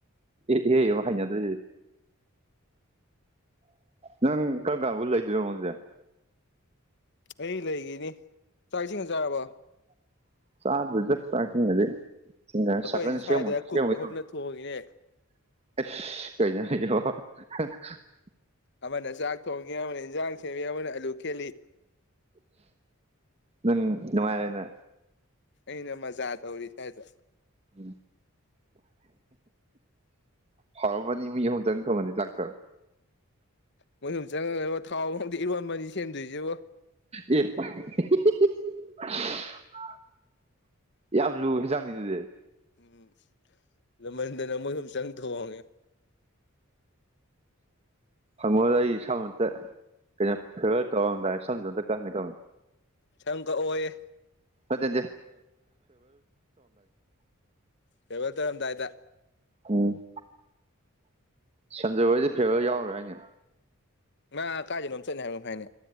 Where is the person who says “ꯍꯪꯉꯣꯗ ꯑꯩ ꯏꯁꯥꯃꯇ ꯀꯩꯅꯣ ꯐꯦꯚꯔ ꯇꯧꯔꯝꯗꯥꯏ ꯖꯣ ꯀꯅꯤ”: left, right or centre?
Right